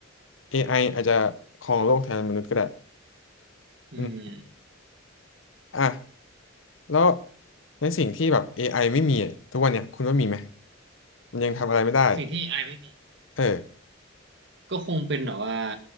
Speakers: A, on the left (about 75°); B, on the right (about 65°).
A: AI อไออาจจะครองโลกแทนมนุษย์ก็ได้
B: อืม
A: อืมอ่ะแล้วในสิ่งที่แบบ AI ไอไม่มีอะทุกวันเนี้ยคุณว่ามีไหมมันยังทำอะไรไม่ได้
B: สิ่งที่ไอไม่มี
A: เออ
B: ก็คงเป็นแบบว่า